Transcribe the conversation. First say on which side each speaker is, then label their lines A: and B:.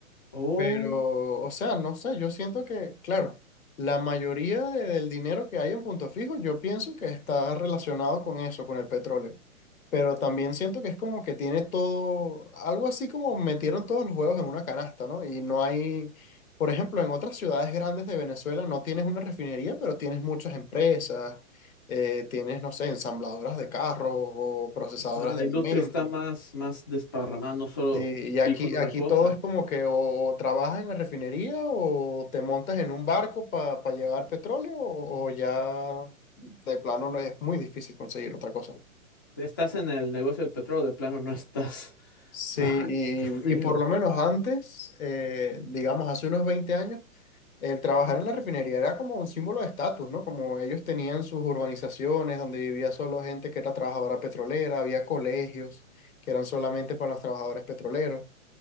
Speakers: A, on the left (about 15°); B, on the left (about 80°).
A: Oh,
B: Pero, o sea, no sé, yo siento que, claro, la mayoría de- del dinero que hay en punto fijo, yo pienso que está relacionado con eso, con el petróleo. Pero también siento que es como que tiene todo, algo así como metieron todos los huevos en una canasta, ¿no? Y no hay, por ejemplo, en otras ciudades grandes de Venezuela no tienes una refinería, pero tienes muchas empresas, eh, tienes, no sé, ensambladoras de carros o procesadoras
A: ah, la
B: de
A: industria
B: alimentos.
A: está más, más desparramada, no solo
B: Sí, y aquí,
A: fijo en una
B: aquí
A: cosa.
B: todo es como que o, o trabajas en la refinería o te montas en un barco para llevar petróleo o, o ya de plano no es muy difícil conseguir otra cosa.
A: Estás en el negocio del petróleo, de plano no estás. <laughs>
B: Sí,
A: No,
B: y,
A: qué feo.
B: y por lo menos antes, eh, digamos hace unos 20 años, el trabajar en la refinería era como un símbolo de estatus, ¿no? Como ellos tenían sus urbanizaciones donde vivía solo gente que era trabajadora petrolera, había colegios que eran solamente para los trabajadores petroleros.